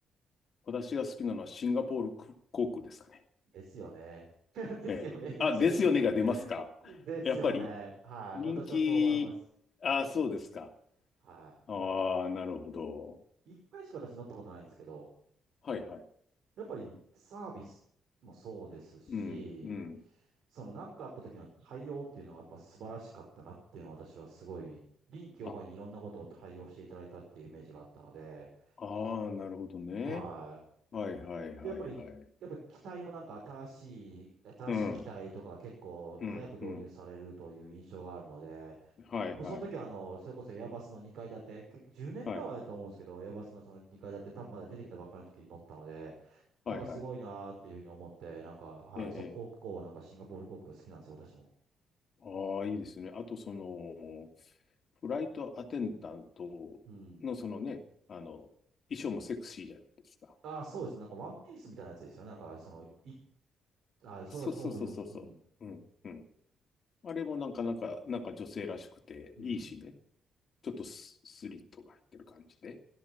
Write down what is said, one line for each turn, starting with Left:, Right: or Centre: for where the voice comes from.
Left: 私が好きなのはシンガポール航空ですかね。
Right: ですよね。<laughs> ですよね。
Left: ええ。
Right: 言っちゃいましたけど。
Left: あ、ですよねが出ますか。
Right: ですよね。
Left: やっぱり
Right: はい。
Left: 人気、
Right: 私はそう思います。
Left: あ、そうですか。
Right: は
Left: ああ、なるほど。
Right: い。一回しか私乗ったことないんですけど、
Left: はいはい。
Right: やっぱりサービスもそうですし、
Left: うん、うん。
Right: その何かあった時の対応っていうのがやっぱ素晴らしかったなっていうのは私はすごい臨機応変にいろんなことを対応していただいたっていうイメージがあったので、
Left: あ、ああ、なるほどね。
Right: は
Left: はいはいはいはい。
Right: い。で、やっぱり、やっぱり機体もなんか新しい、新しい機体とか結構早く導入されるという印象があるので、
Left: うん、うん、うん。はいはい。
Right: もうその時は、あの、それこそエアバスの2階建て、結局10年ぐらい前だと思うんですけど、
Left: はい、
Right: エアバスのその2階建て、多分まだ出てきたばっかりの時に乗ったので、
Left: はいはい。
Right: なんかすごいなーっていうふうに思って、なんか、はい、
Left: ええ、え
Right: そこ以降はなんかシンガポール航空好きなんですよ、私も。
Left: ああ、いいですね。あと、その、フライトアテンダントの、
Right: うん。
Left: そのね、あの、衣装もセクシーじゃないですか。
Right: ああ、そうですね。なんかワンピースみたいなやつですよね。なんか、その、い、あーそれはそう思います。
Left: そうそうそうそうそう。
Right: うん。
Left: うん、うん。あれもなんか、なんか、なんか女性らしくていいしね。
Right: うん。
Left: ちょっとス、スリットが入ってる感じで。